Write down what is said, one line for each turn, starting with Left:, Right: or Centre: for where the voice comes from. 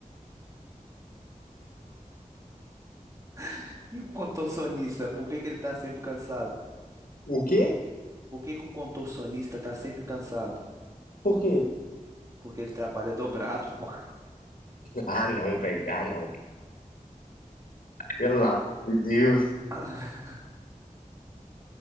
Right: <laughs> E o contorcionista, por que que ele tá sempre cansado?
Left: O quê?
Right: Por que que o contorcionista tá sempre cansado?
Left: Por quê?
Right: Porque ele trabalha dobrado, pô.
Left: Ah, não, velho. Ah, não. Pelo amor de Deus.
Right: <laughs>